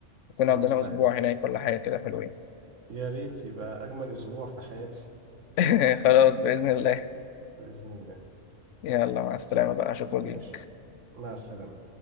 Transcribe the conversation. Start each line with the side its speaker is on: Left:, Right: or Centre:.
Left: ممكن
Right: انا
Left: نقعد
Right: مستعد
Left: لنا أسبوع هناك ولا حاجة كده حلوين
Right: يا ريت يبقى اجمل اسبوع في حياتي
Left: <laughs> خلاص بإذن الله
Right: بإذن الله
Left: يلا مع السلامة بقى أشوف وجهي
Right: ماشي مع السلامة